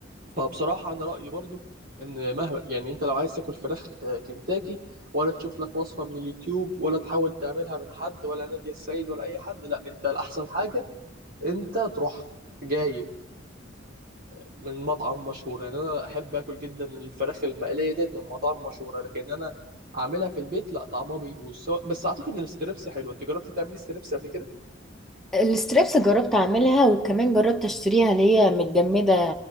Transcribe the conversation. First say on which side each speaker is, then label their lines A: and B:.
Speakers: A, on the right; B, in the centre.
A: فبصراحه انا رايي برضو ان مهما يعني انت لو عايز تاكل فراخ آه، كنتاكي ولا تشوف لك وصفه من اليوتيوب ولا تحاول تعملها من حد ولا نادية السيد ولا اي حد لا انت الاحسن حاجه انت تروح جايب من مطعم مشهور يعني انا احب اكل جدا الفراخ المقليه ديت من مطاعم مشهوره لكن انا اعملها في البيت لا طعمها بيبوظ سواء- بس اعتقد ان الستريبس حلو انت جربتي تعملي ستريبس قبل كده
B: الستريبس جربت اعملها وكمان جربت اشتريها اللي هي متجمدة